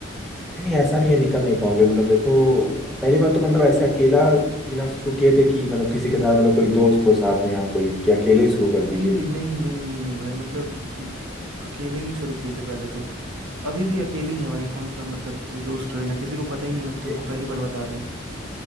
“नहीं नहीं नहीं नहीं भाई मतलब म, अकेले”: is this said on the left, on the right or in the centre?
Right